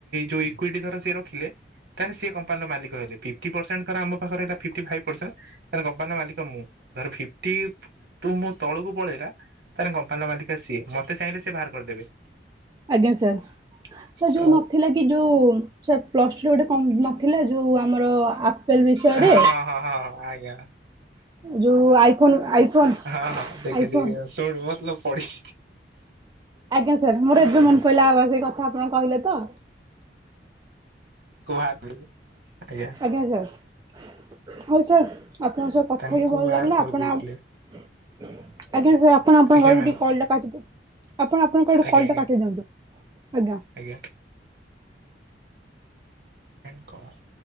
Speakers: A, on the right (about 65°); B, on the right (about 25°).
A: ଯୋଉ ଇକ୍ଇଟି ଧର ସିଏ ରଖିଲେ ତାହାଲେ ସିଏ କମ୍ପାନୀର ମାଲିକ ହେଲେ। ପରସେଣ୍ଟ ତାର ଆମ ପାଖରେ ଏଇନା ଫିଫ୍ଟି ଫାଇପ୍ ପରସେଣ୍ଟ ମାନେ କମ୍ପାନୀ ର ମାଲିକ ମୁଁ। ଧର ଫିଫ୍ଟି ତୁ ମୁଁ ତଳକୁ ପଳେଇଲା ତାର କମ୍ପାନୀର ମାଲିକ ସିଏ। ମତେ ଚାହିଁଲେ ସେ ବାହାର କରିଦେବେ।
B: ଆଜ୍ଞା ସାର୍ ସାର୍
A: ତ
B: ଯୋଉ ନଥିଲା କି ଯୋଉ ସାର୍ ପ୍ଲସ୍ ଟୁରେ ଗୋଟେ ନଥିଲା ଯୋଉ ଆମର ବିଷୟରେ
A: ହଁ ହଁ ହଁ ହଁ ହଁ ଆଜ୍ଞା।
B: ଯୋଉ ଆଇଫୋନ ଆଇଫୋନ
A: ହଁ ହଁ ଦେଖି
B: ଆଇଫୋନ
A: ଦେଖି ଶୁଣି ମତଲବ ପଡି
B: ଆଜ୍ଞା ସାର୍ ମୋର ଏବେ ମନେ ପଡିଲା ଆ ବା ସେଇ କଥା ଆପଣ କହିଲେ ତ?
A: କୁ ବାହାର କରିବୁ ଆଜ୍ଞା।
B: ଆଜ୍ଞା ସାର୍ ହୋଉ ସାର୍ ଆପଣଙ୍କ ସହ କଥା
A: ତାଙ୍କୁ
B: ହେଇକି ଭଲ
A: ବାହାର
B: ଲାଗିଲା।
A: କରିଦେଇଥିଲେ
B: ଆପଣ ଆଜ୍ଞା ସାର୍‌ ଆପଣ ଆପଣଙ୍କ
A: ଆଜ୍ଞା
B: ଆଡୁ
A: ମ୍ୟାମ୍
B: ଟିକେ କଲ୍ ଟା କାଟି ଦିଅନ୍ତୁ। ଆପଣ ଆପଣଙ୍କ ଆଡୁ
A: ଆଜ୍ଞା
B: କଲ୍
A: ଆଜ୍ଞା
B: ଟା କାଟି ଦିଅନ୍ତୁ। ଆଜ୍ଞା।
A: ଆଜ୍ଞା। ଏନ୍ କର୍।